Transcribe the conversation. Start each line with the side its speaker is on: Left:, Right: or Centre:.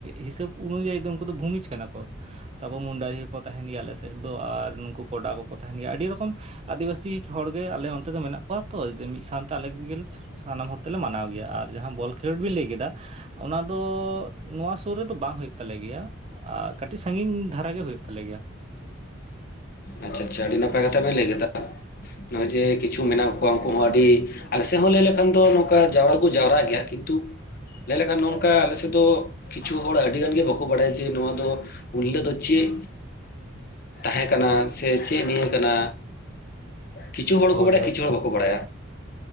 Right: ᱦᱤᱥᱟᱹᱵᱽ᱾ ᱚᱱᱩᱡᱟᱭᱤ ᱫᱚ ᱩᱱᱠᱩ ᱫᱚ ᱵᱷᱩᱢᱤᱡ ᱠᱟᱱᱟ ᱠᱚ᱾ ᱛᱟᱯᱚᱨ ᱢᱩᱱᱰᱟᱨᱤ ᱦᱚᱸᱠᱚ ᱛᱟᱦᱮᱸᱱ ᱜᱮᱭᱟ ᱟᱞᱮ ᱥᱮᱫ ᱫᱚ ᱟᱨ ᱱᱩᱠᱩ ᱠᱚᱰᱟ ᱠᱚᱠᱚ ᱛᱟᱦᱮᱱ ᱜᱮᱭᱟ ᱟᱹᱰᱤ ᱨᱚᱠᱚᱢ ᱟᱹᱫᱤᱵᱟᱹᱥᱤ ᱦᱚᱲᱜᱮ ᱟᱞᱮ ᱚᱱᱛᱮ ᱫᱚ ᱢᱮᱱᱟᱜ ᱠᱤᱣᱟ ᱛᱚ ᱡᱮ ᱢᱤᱫ ᱥᱟᱶᱛᱮ ᱟᱞᱮ ᱠᱚᱜᱮ ᱞᱮ ᱥᱟᱱᱟᱢ ᱦᱚᱲ ᱛᱮᱞᱮ ᱢᱟᱱᱟᱣ ᱜᱮᱭᱟ, ᱟᱨ ᱡᱟᱸᱦᱟᱸ ᱵᱚᱞ ᱠᱷᱮᱞᱳᱰ ᱵᱤᱱ ᱞᱟᱹᱭ ᱠᱮᱫᱟ᱾ ᱚᱱᱟ ᱫᱚ ᱱᱚᱣᱟ ᱥᱳᱨ ᱨᱮᱫᱚ ᱵᱟᱝ ᱦᱩᱭᱩᱜ ᱛᱟᱞᱮ ᱜᱮᱭᱟ ᱾ ᱟᱻ ᱠᱟᱹᱴᱤᱡ ᱥᱟᱹᱜᱤᱧ ᱫᱷᱟᱨᱟ ᱜᱮ ᱦᱳᱭᱳᱜ ᱛᱟᱞᱮ ᱜᱮᱭᱟ ᱾
Left: ᱟᱪᱪᱷᱟ ᱟᱪᱪᱷᱟ ᱟᱹᱰᱤ ᱱᱟᱯᱟᱭ ᱠᱟᱛᱷᱟ ᱵᱮᱱ ᱞᱮᱭ ᱠᱮᱫᱟ ᱱᱚᱜᱼᱚᱭ ᱡᱮ ᱠᱤᱪᱷᱩ ᱢᱮᱱᱟᱜ ᱠᱚᱣᱟ ᱩᱱᱠᱩ ᱦᱚᱸ ᱟᱹᱰᱤ ᱟᱞᱮ ᱥᱮᱫ ᱦᱚᱸ ᱞᱮᱭ ᱞᱮᱠᱷᱟᱱ ᱫᱚ ᱱᱚᱝᱠᱟ ᱡᱟᱣᱨᱟ ᱠᱚ ᱡᱟᱣᱨᱟᱜ ᱜᱮᱭᱟ ᱾ ᱠᱤᱱᱛᱩ ᱞᱮᱭ ᱞᱮᱠᱷᱟᱱ ᱱᱚᱝᱠᱟ ᱟᱞᱮᱥᱮᱫ ᱫᱚ ᱠᱤᱪᱷᱩ ᱦᱚᱲ ᱟᱹᱰᱤ ᱜᱟᱱ ᱜᱮ ᱵᱟᱠᱚ ᱵᱟᱲᱟᱭᱟ ᱡᱮ ᱱᱚᱣᱟ ᱫᱚ ᱩᱱᱦᱤᱞᱳᱜ ᱫᱚ ᱪᱮᱫ ᱛᱟᱦᱮᱸ ᱠᱟᱱᱟ? ᱥᱮ ᱪᱮᱫ ᱱᱤᱭᱮ ᱠᱟᱱᱟ? ᱠᱤᱪᱷᱩ ᱦᱚᱲ
Right: ᱦᱳᱭ
Left: ᱠᱚ ᱵᱟᱲᱟᱭᱟ
Right: ᱦᱳᱭ
Left: ᱠᱤᱪᱷᱩ ᱦᱚᱲ ᱵᱟᱠᱚ ᱵᱟᱲᱟᱭᱟ ᱾